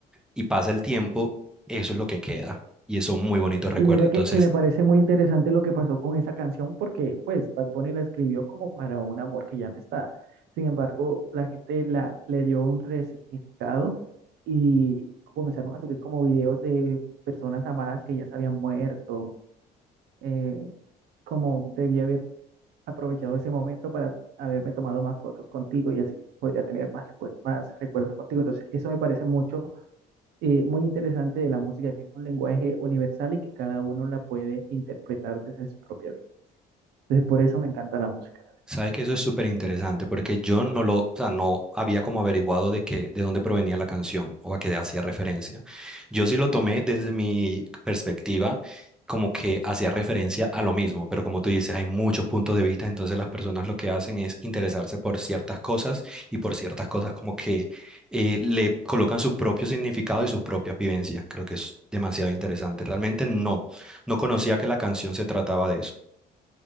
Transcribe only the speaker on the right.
Y mira
que, que me parece muy interesante lo que pasó con esa canción porque pues Bad Bunny la escribió como para un amor que ya no está. Sin embargo, la gente la, le dio un resignificado y comenzaron a subir como videos de personas amadas que ya se habían muerto. eh, como debí haber aprovechado ese momento para haberme tomado más fotos contigo y así podría tener más, recuer- más recuerdos contigo. Entonces, eso me parece mucho eh, muy interesante de la música, que es un lenguaje universal y que cada uno la puede interpretar desde su propia vida. Entonces, por eso me encanta la música, la verdad.